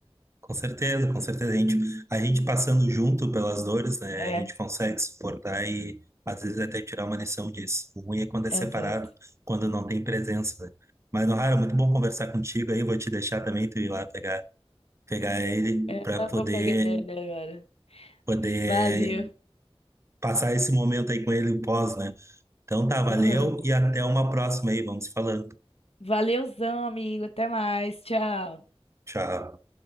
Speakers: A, on the right; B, on the left.
A: Com certeza, com certeza. A gente, a gente passando junto pelas dores, né?
B: É,
A: A gente consegue suportar e às vezes até tirar uma lição disso. O ruim é quando é separado,
B: exato.
A: quando não tem presença, né? Mas, Nohara, muito bom conversar contigo aí. Vou te deixar também tu ir lá pegar, pegar ele
B: É,
A: para
B: eu
A: poder,
B: vou pegar ele agora.
A: poder
B: Valeu.
A: passar esse momento aí com ele o pós, né? Então tá, valeu
B: Aham.
A: e até uma próxima aí. Vamos falando.
B: Valeuzão, amigo. Até mais. Tchau.
A: Tchau.